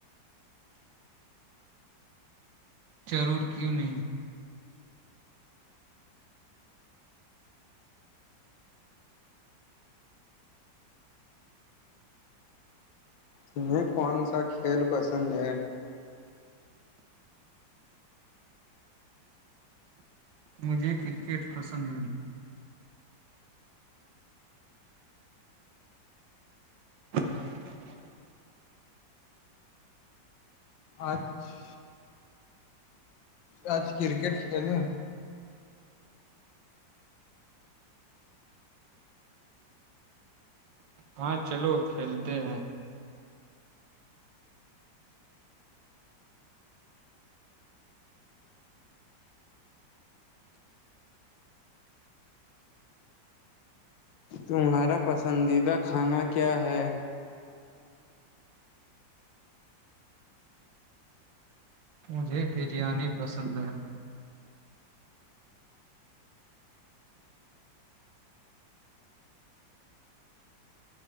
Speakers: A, on the right; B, on the left.
A: ضرور کیوں نہیں
B: تمہیں کون سا کھیل پسند ہے
A: مجھے کرکٹ پسند ہے ج <unintelligible>
B: اچھ <unintelligible> آج کررکٹ کھیلیں
A: ہاں چلو کھیلتے ہیں
B: تمہارا پسندیدہ کھانا کیا ہے
A: مجھے بریانی پسند ہے